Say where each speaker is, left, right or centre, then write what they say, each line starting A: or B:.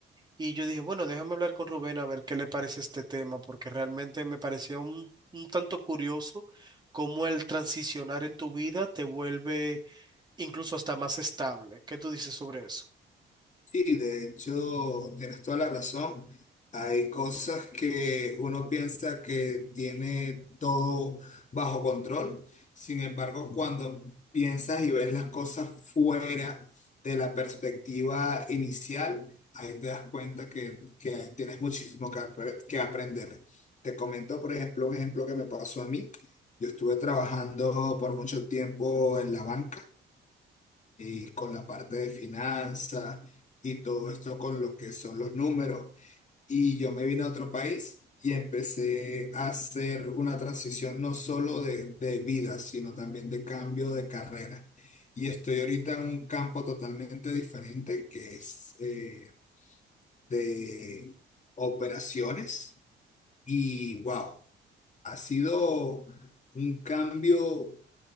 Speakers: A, on the right; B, on the left.
A: Y yo dije, bueno, déjame hablar con Rubén a ver qué le parece este tema, porque realmente me parecía un, un tanto curioso cómo el transicionar en tu vida te vuelve incluso hasta más estable. ¿Qué tú dices sobre eso?
B: Sí, de hecho, tienes toda la razón. Hay cosas que uno piensa que tiene todo bajo control. Sin embargo, cuando piensas y ves las cosas fuera de la perspectiva inicial, ahí te das cuenta que, que tienes muchísimo que, apre- que aprender. Te comento, por ejemplo, un ejemplo que me pasó a mí. Yo estuve trabajando por mucho tiempo en la banca. y con la parte de finanzas y todo esto con lo que son los números. Y yo me vine a otro país y empecé a hacer una transición no solo de, de vida, sino también de cambio de carrera. Y estoy ahorita en un campo totalmente diferente que es eh, de operaciones y wow, ha sido un cambio